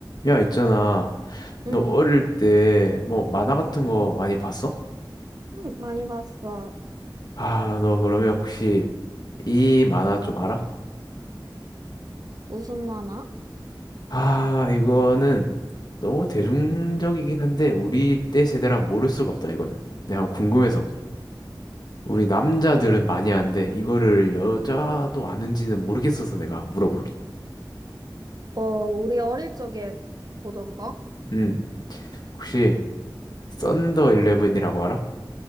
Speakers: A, on the left; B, on the right.
A: 야, 있잖아. 너
B: 응,
A: 어릴 때 뭐 만화 같은 거 많이 봤어?
B: 응, 많이 봤어.
A: 아, 너 그러면 혹시 이 만화 좀 알아?
B: 무슨 만화?
A: 아, 이거는 너무 대중적이긴 한데 우리 때 세대랑 모를 수가 없다, 이거는. 내가 한번 궁금해서. 우리 남자들은 많이 아는데 이거를 여자도 아는지는 모르겠어서 내가 물어볼게.
B: 어, 우리 어릴 적에 보던 거?
A: 음, 혹시 썬더 일레븐이라고 알아?